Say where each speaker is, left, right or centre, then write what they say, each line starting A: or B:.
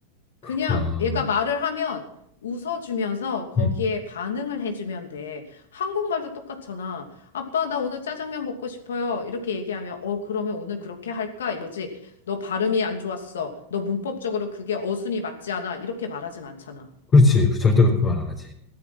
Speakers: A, on the left; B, on the left.
A: 그냥
B: 그렇구나.
A: 얘가 말을 하면 웃어주면서 거기에
B: 음,
A: 반응을 해주면 돼. 한국말도 똑같잖아. 아빠, 나 오늘 짜장면 먹고 싶어요. 이렇게 얘기하면, 어, 그러면 오늘 그렇게 할까? 이러지. 너 발음이 안 좋았어. 너 문법적으로 그게 어순이 맞지 않아. 이렇게 말하진 않잖아.
B: 그렇지. 그 절대 그렇게 말 안 하지.